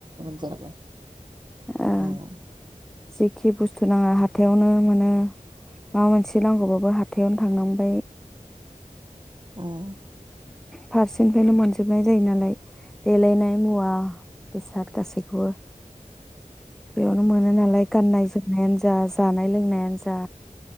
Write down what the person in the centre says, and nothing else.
ओं
जेखि बुस्थु नाङा हाथायावनो मोनो माबा मोनसे नांगौबाबो हाथायावनो थांनांबाय
फारसेनिफ्रायनो मोनजोबनाय जायो नालाय देलायनाय मुवा बेसाद गासैखौबो बेयावनो मोनो नालाय गाननाय जोमनायानो जा जानाय लोंनायानो जा